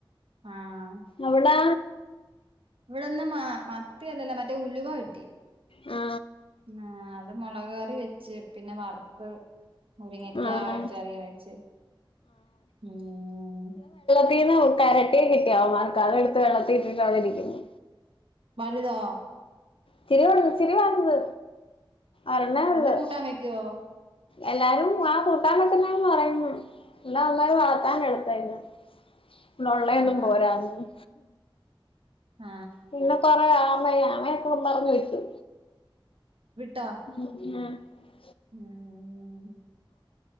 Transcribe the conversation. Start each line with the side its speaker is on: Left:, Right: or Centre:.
Right: ആം
Left: എവിടാ
Right: ഇവിടൊന്നും മ മത്തിയല്ലല്ലോ മറ്റേ ഉലുവ കിട്ടി
Left: ആ
Right: ആ അത് മൊളകുകറി വെച്ച് പിന്നെ വറുത്ത് മുരിങ്ങക്കാ
Left: ആ
Right: വെച്ചുകറിയും വെച്ച് ഊം
Left: ട്ടീന്ന് കരട്ടിയെ കിട്ടി അവന്മാർക്ക് അതെടുത്ത് വെള്ളത്തിലിട്ടിട്ടാണ് ഇരിക്കുന്നത്
Right: വലുതോ
Left: ച്ചിരിവലുത് ച്ചിരിവലുത് ഒരെണ്ണെയൊള്ളു
Right: അതിന് കൂട്ടാൻ വെക്കുവോ
Left: എല്ലാരും ആ കൂട്ടാൻ വെക്കുന്നേന്നു പറയുന്നു എല്ലാം അവന്മാര് വളത്താൻ എടുത്തായിരുന്നു ഇവിടെയോള്ളയൊന്നും
Right: ആ
Left: പോരാന്ന്
Right: ആ
Left: പിന്നെ കൊറേ ആമയും ആമയൊക്കെ കൊണ്ടുനടന്നു വിട്ടു
Right: വിട്ടോ
Left: <unintelligible>
Right: ഉം